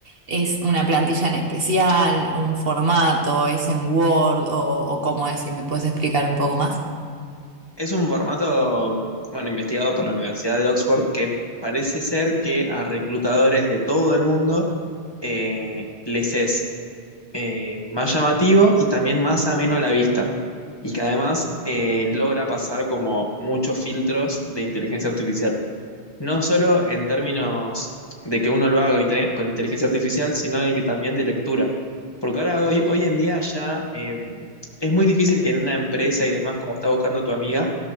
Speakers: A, on the right; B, on the left.
A: es una plantilla en especial, un formato, es en Word o, o cómo es, si me puedes explicar un poco más.
B: Es un formato, bueno, investigado por la Universidad de Oxford que parece ser que a reclutadores de todo el mundo eh, les es eh, más llamativo y también más ameno a la vista. Y que además eh, logra pasar como muchos filtros de inteligencia artificial. No solo en términos de que uno lo haga con inte- con inteligencia artificial, sino de que también de lectura. Porque ahora hoy, hoy en día ya eh, es muy difícil que en una empresa y demás, como está buscando tu amiga,